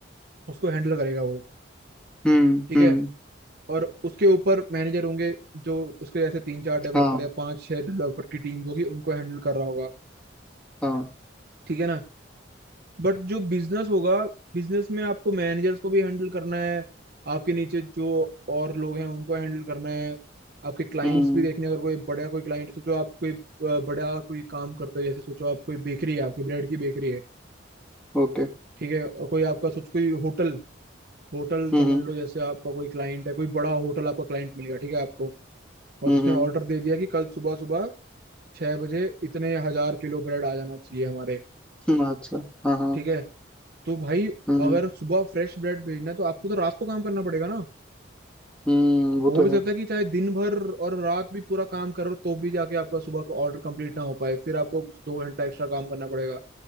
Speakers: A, on the right; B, in the centre.
A: उसको हैंडल करेगा वो
B: हम्म
A: ठीक
B: हम्म
A: है और उसके ऊपर मैनेजर होंगे जो उसके जैसे तीन चार डेवलपर
B: हाँ
A: या पांच छह डेवलपर की टीम होगी उनको हैंडल कर रहा होगा
B: हाँ
A: ठीक है ना बट जो बिजनेस होगा बिजनेस में आपको मैनेजर्स को भी हैंडल करना है आपके नीचे जो और लोग हैं उनको हैंडल करना है आपके क्लाइंट्स
B: हम्म
A: भी देखने हैं, अगर कोई बड़ा कोई क्लाइंट सोचो आप कोई अ, बड़ा कोई काम करते हो जैसे सोचो आप कोई बेकरी है आपकी ब्रेड की बेकरी है
B: ओके
A: ठीक है और कोई आपका सोचो कोई होटल होटल
B: हम्म
A: समझ लो जैसे आपका कोई क्लाइंट है कोई बड़ा होटल आपका क्लाइंट मिल गया ठीक है आपको और
B: हम्म
A: उसने ऑर्डर दे दिया कि कल सुबह सुबह छह बजे इतने हजार किलो ब्रेड आ जाना चाहिए हमारे
B: हम्म, अच्छा हाँ हाँ
A: ठीक है तो भाई
B: हम्म
A: अगर सुबह फ्रेश ब्रेड भेजना है तो आपको तो रात को काम करना पड़ेगा ना
B: हम्म वो
A: हो
B: तो
A: भी सकता
B: है
A: है कि चाहे दिन भर और रात भी पूरा काम करो तो भी जाके आपका सुबह का ऑर्डर कंप्लीट ना हो पाए फिर आपको कुछ दो घंटा एक्स्ट्रा काम करना पड़ेगा